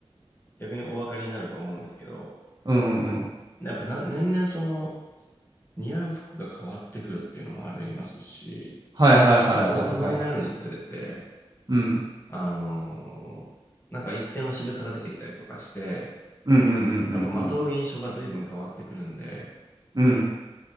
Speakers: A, on the left; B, on the right.
A: 逆にお分かりになると思うんですけど、
B: うんうんうん。
A: やっぱな年々その似合う服が変わってくるっていうのもありますし、
B: はいはいはいはいはい。
A: やっぱ大人になるにつれて、
B: うん。
A: あの、なんか一定の渋さが出てきたりとかして、
B: うんうんうんうん
A: やっぱまとう印象が随分変わってくるんで、
B: うん。うん。